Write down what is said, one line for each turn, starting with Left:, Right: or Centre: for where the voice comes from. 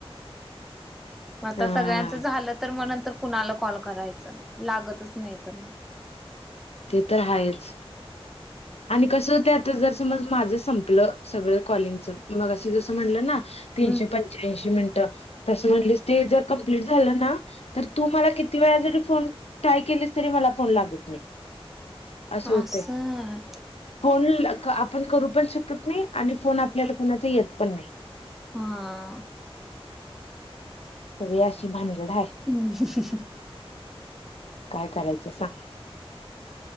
Centre: म आता
Left: हा
Centre: सगळ्यांचं झालं तर म नंतर कुणाला कॉल करायच लागतच नाही तर
Left: ते तर हायच. आणि कसं आता जर समज माझ संपलं सगळ कॉलिंगच मगशी जसं म्हणलं ना. तीनशे
Centre: हम्म
Left: पंच्याऐंशी मिनिटं. तसं म्हटली ते जर कंप्लीट झालं ना तर तू मला किती वेळा जरी फोन ट्राय केलीस तरी म मला फोन लागत नाही, अस होतय,
Centre: असं आहे.
Left: फोन ला आपण करू पण शकत नाही आणि फोन आपल्याला कोणाचा येत पण नाही.
Centre: हा.
Left: सगळे अशी भानगड आहे
Centre: <unintelligible>
Left: काय करायचं सांग.